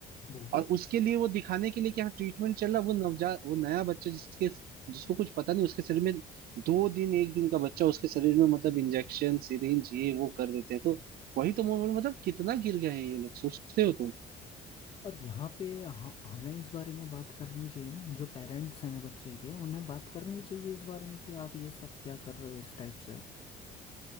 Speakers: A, on the left (about 35°); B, on the right (about 65°).
A: बिल्कुल
B: और उसके लिए वो दिखाने के लिए कि हाँ ट्रीटमेंट चल रहा वो नवजात वो नया बच्चा जिसके जिसको कुछ पता नहीं उसके शरीर में दो दिन एक दिन का बच्चा उसके शरीर में मतलब इंजेक्शन सिरिंज ये वो कर देते हैं तो वही तो मैं बोल- मतलब कितना गिर गए हैं ये लोग सोचते हो तुम
A: और यहाँ पे ह- हमें इस बारे में बात करनी चाहिए ना जो पेरेंट्स हैं बच्चे के उन्हें बात करनी चाहिए इस बारे में कि आप ये सब क्या कर रहे हो इस टाइप से